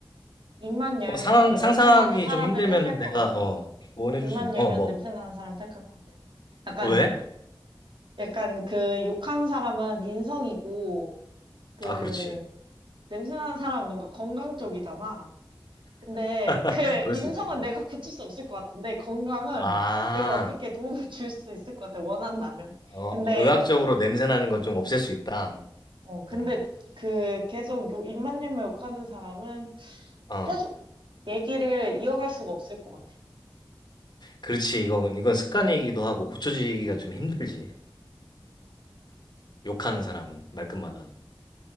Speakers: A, on the right; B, on the left.
A: 입만 열면
B: 뭐 상황 상상하기
A: 냄새 나는 사람을
B: 좀 힘들면은
A: 택할 것
B: 내가
A: 같아.
B: 어 조언해 줄수
A: 입만
B: 있...
A: 열면
B: 어, 뭐.
A: 냄새 나는 사람 택할 것 같아. 약간
B: 왜?
A: 약간 그 욕하는 사람은 인성이고 그
B: 아, 그렇지.
A: 냄새나는 사람은 뭔가 건강 쪽이잖아. 근데 그
B: <laughs> 그럴
A: 인성은
B: 수 있죠
A: 내가 고칠 수 없을 것 같은데 건강은
B: 아.
A: 내가 어떻게 도움을 줄 수 있을 것 같아. 원한다면.
B: 어,
A: 근데
B: 뭐 의학적으로 냄새 나는 건 좀 없앨 수 있다.
A: 어, 어 근데
B: 응.
A: 그 계속 요- 입만님을 욕하는 사람은
B: 어.
A: 계속 얘기를 이어갈 수가 없을 것 같아.
B: 그렇지. 이건 이건 습관이기도 하고 고쳐지기가
A: 응,
B: 좀 힘들지. 욕하는 사람은 말끝마다.
A: 응.